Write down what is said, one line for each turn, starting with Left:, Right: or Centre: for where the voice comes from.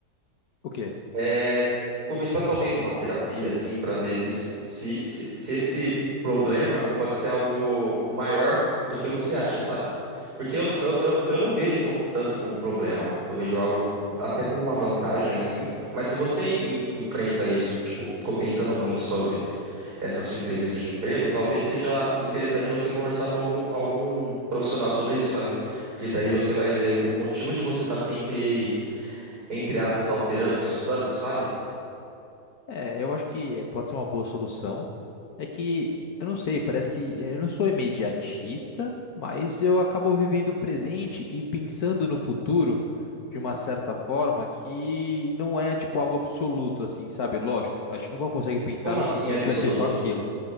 Left: O quê?
Right: É, começar talvez uma terapia, assim, para ver se, se, se, se esse problema não pode ser algo maior do que você acha, sabe? Porque eu, não- eu, eu, eu não vejo to- tanto como um problema, eu vejo algo até como uma vantagem, assim, mas se você en- enfrenta isso, tipo, ficou pensando muito sobre essa sua entrevista de emprego, talvez seja interessante você conversar com algum, algum profissional sobre isso, sabe? Porque daí você vai ver o motivo de você estar sempre, entre aspas, alterando os seus planos, sabe?
Left: É, eu acho que pode ser uma boa solução. É que, eu não sei, parece que eu não sou imediatista, mas eu acabo vivendo o presente e pensando no futuro de uma certa forma que não é tipo algo absoluto, assim, sabe? Lógico, a gente nunca consegue pensar
Right: Como
Left: no
Right: assim
Left: futuro
Right: absoluto?
Left: que vai ser só aquilo.